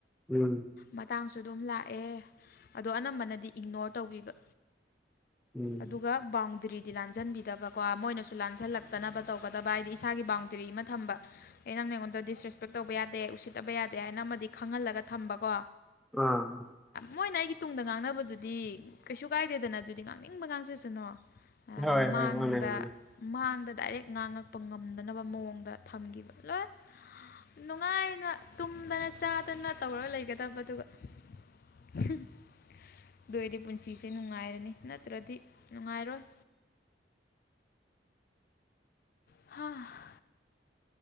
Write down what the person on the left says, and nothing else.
ꯃꯇꯥꯡꯁꯨ ꯑꯗꯨꯝ ꯂꯥꯛꯑꯦ ꯑꯗꯣ ꯑꯅꯝꯕꯅꯗꯤ ꯏꯒꯅꯣꯔ ꯇꯧꯕꯤꯕ
ꯑꯗꯨꯒ ꯕꯥꯎꯟꯗꯔꯤꯗꯤ ꯂꯥꯟꯖꯟꯕꯤꯗꯕꯀꯣ ꯃꯣꯏꯅꯁꯨ ꯂꯥꯟꯖꯜꯂꯛꯇꯅꯕ ꯇꯧꯒꯗꯕ ꯍꯥꯏꯗꯤ ꯏꯁꯥꯒꯤ ꯕꯥꯎꯟꯗꯔꯤ ꯑꯃ ꯊꯝꯕ ꯑꯩ ꯅꯪ ꯅ ꯑꯩꯉꯣꯟꯗ ꯗꯤꯁꯔꯦꯁꯄꯦꯛ ꯇꯧꯕ ꯌꯥꯗꯦ ꯎꯁꯤꯠꯇꯕ ꯌꯥꯗꯦ ꯍꯥꯏꯅ ꯑꯃꯗꯤ ꯈꯪꯍꯜꯂꯒ ꯊꯝꯕ ꯀꯣ꯫
ꯃꯣꯏꯅ ꯑꯩꯒꯤ ꯇꯨꯡꯗ ꯉꯥꯡꯅꯕꯗꯨꯗꯤ ꯀꯩꯁꯨ ꯀꯥꯏꯗꯦꯗꯅ ꯑꯗꯨꯗꯤ ꯉꯥꯡꯅꯤꯡꯕ ꯉꯥꯡꯁꯤꯁꯅꯣ꯫
ꯃꯥꯡꯗ
ꯃꯥꯡꯗ ꯗꯥꯏꯔꯦꯛ ꯉꯥꯡꯉꯛꯄ ꯉꯝꯗꯅꯕ ꯃꯑꯣꯡꯗ ꯊꯝꯈꯤꯕ ꯂꯣꯏ꯫ ꯅꯨꯡꯉꯥꯏꯅ ꯇꯨꯝꯗꯅ ꯆꯥꯗꯅ ꯇꯧꯔꯒ ꯂꯩꯒꯗꯕꯗꯨꯒ꯫ <inaudible> ꯑꯗꯨ ꯑꯣꯏꯔꯗꯤ ꯄꯨꯟꯁꯤꯁꯦ ꯅꯨꯡꯉꯥꯏꯔꯅꯤ ꯅꯠꯇ꯭ꯔꯗꯤ ꯅꯨꯡꯉꯥꯏꯔꯣꯏ꯫ ꯍꯥꯥ